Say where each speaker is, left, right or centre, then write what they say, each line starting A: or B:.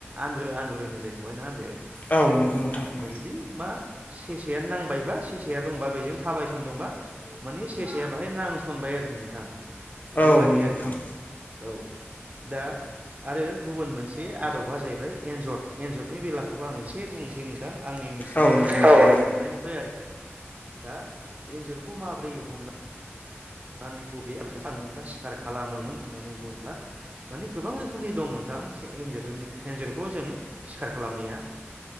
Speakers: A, on the right (about 35°); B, on the left (about 40°).
A: आन्द्रो-आन्द्रो होनो जायखौहाय ना आदो।
B: औ नंगौ
A: औ-औ
B: नोंथां नंगौ।
A: ओ जुदि मा सेसेआ नांबायबा सेसेया दंबा बेजों थाबायसनदोंबा मानि सेसाया बाहाय नांसनबा य आरोखि नोंथां। बेबादि
B: औ नंगौ
A: आरोखि
B: नोंथां।
A: औ दा आरो गुबुन मोनसे आदबा जाहैबाय एन्जर एन्जरनि बेलाखौबो आं एसे बुंनोसै नोंथां। आंनि मोनथिनायनिफ्राय
B: औ नंगौ नोंथां
A: औ नुनायनिफ्राय आरोखि। दा एन्जुरखौ माब्रै हमना नानै बबे सिखार खालामोमोन होननानै बुङोब्ला माने गोबां रोखोमनि दं नोंथां। थां से एन्जरखौ जों सिखार खालामनाया।